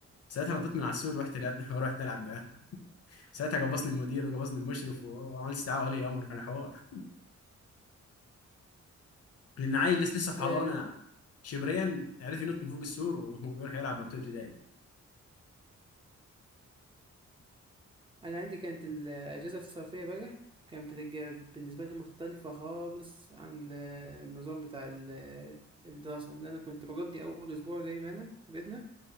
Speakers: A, on the left; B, on the right.
A: ساعتها نطيت من على السور ورحت لعبنا <laughs> ورحت نلعب معاهم ساعتها جبصني المدير وجبصني المشرف وعملت استدعاء ولي امر كان حوار لان عيل لسه لسه في حضانه
B: آه،
A: شبريا عرف ينط من فوق السور و- ويروح يلعب مع بتوع ابتدائي
B: أنا عندي كانت الأجازة الصيفية بقى كانت بتج- بالنسبة لي مختلفة خالص عن آه، النظام بتاع ال- آه، الدراسة إن أنا كنت بقضي أول أسبوع زي ما أنا في بيتنا